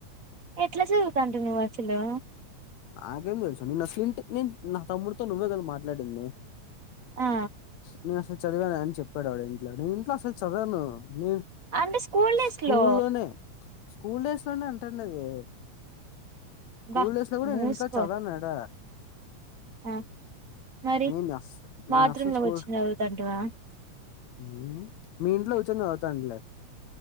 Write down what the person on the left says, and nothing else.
నాకేం తెలుసు నా స్ంట <unintelligible> నేను నా తమ్ముడితో నువ్వే కదా మాట్లాడింది
నేను అసలు చదివను అని చెప్పాడు ఆడు ఇంట్లో నేను ఇంట్లో అసలు చదవను నేను
స్కూ
లోనే స్కూల్ డేస్ లోనే అంటండేది స్కూల్
డేస్ లో కూడా
నేను ఇంట్లో చదావనుఆడ
స <unintelligible> నను నను
అస స్కోల్
<unintelligible> ఉం మీ ఇంట్లో ఇచ్చతాలే